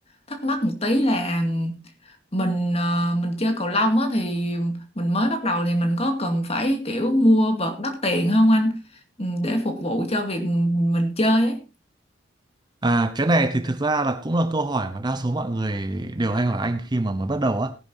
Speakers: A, on the left (about 35°); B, on the right (about 25°).
A: thắc mắc một tí là mình ờ, mình chơi cầu lông á thì mình mới bắt đầu thì mình có cần phải kiểu mua vợt đắt tiền không anh Ừ, để phục vụ cho việc mình chơi ấy
B: À, cái này thì thực ra là cũng là câu hỏi mà đa số mọi người đều hay hỏi anh khi mà mới bắt đầu á.